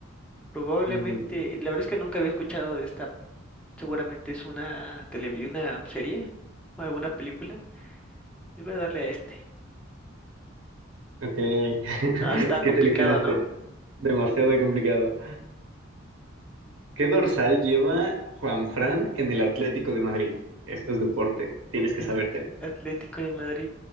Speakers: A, in the centre; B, on the right.
A: Probablemente,
B: mm,
A: la verdad es que nunca había escuchado de esta. Seguramente es una televi- una serie o alguna película. Y Voy a darle a este.
B: ok. <laughs>
A: No, está complicado,
B: ¿Qué seleccionaste?
A: ¿no?
B: Demasiado complicado. ¿Qué dorsal lleva Juanfran en el Atlético de Madrid? Esto es deporte, tienes que
A: Es
B: sabértelo.
A: Atlético de Madrid.